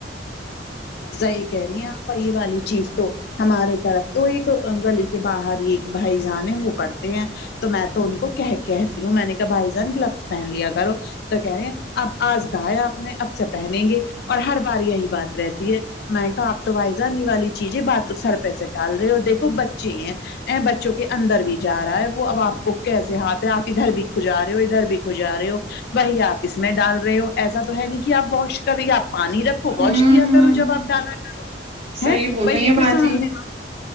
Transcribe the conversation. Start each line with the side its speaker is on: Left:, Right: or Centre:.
Left: صحیح کہہ رہی ہیں آپ وہی والی چیز تو ہمارے طرف تو ایک گلی کے باہر ہی ایک بھائی جان ہے وہ کرتے ہیں تو میں تو ان کو کہ کہتی ہوں میں نے کہا بھائی جان گلبس پہن لیا کرو تو کہہ رہے ہیں اب آج کہا ہے آپ نے اب سے پہنیں گے اور ہر بار یہی بات رہتی ہے میں نے کہا آپ تو بھائی جان یہ والی چیزیں بات تو سر پہ سے ٹال رہے اور دیکھو بچے ہیں ا بچوں کے اندر بھی جا رہا ہے وہ اب آپ کو کیسے ہاتھ ہے آپ ادھر بھی کھجا رہے ہو ادھر بھی کھجا رہے ہو وہی آپ اس میں ڈال رہے ہو ایسا تو ہے نہیں کہ آپ واش کر یا آپ پانی رکھو
Right: ہوں
Left: واش
Right: ہوں
Left: کیا کرو جب آپ ڈالا کرو
Right: صحیح
Left: ہیں
Right: بول
Left: بھائی
Right: رہی ہیں
Left: دیکھو
Right: باجی
Left: سامنے